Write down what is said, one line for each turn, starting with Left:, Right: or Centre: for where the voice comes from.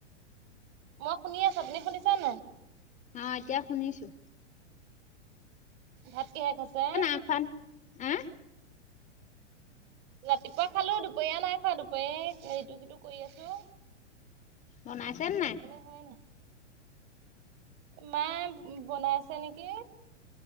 Right: মই শুনি আছোঁ, আপুনি শুনিছা নে?
Left: অ', এতিয়া শুনিছোঁ।
Right: ভাতক কিহে খাইছে?
Left: <unintelligible> হা।
Right: ৰাতিপুৱা খালোঁ দুপৰীয়া নাই খোৱা, দুপৰীয়া ইটো সিটো কৰি আছোঁ।
Left: বনাইছেনে নাই?
Right: হ'ল। মাই বনাই আছে নেকি।